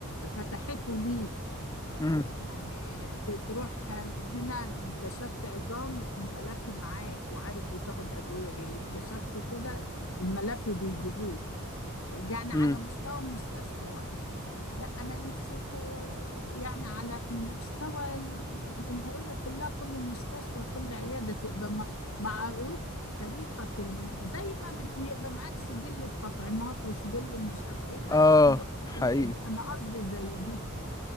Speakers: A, on the left; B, on the left.
A: فتحته ليك
B: امم
A: يعني ت- تروح من هنا كشفت عظام الملف معاك وعارف بتاخد ادويه ايه كشفت كده الملف بيجيبوه يعني على
B: امم
A: مستوى مستشفى واحدة لا أنا نفسي في يعني على مستوى الجمهورية كلها كل مستشفى وكل عيادة تبقى م- معروف تاريخك الم... زي ما بت- يبقى معاك سجل التطعيمات وسجل المش عارفة ايه معاك
B: اه
A: سجل
B: حقيقي
A: العلاج أنا قصدي زي دي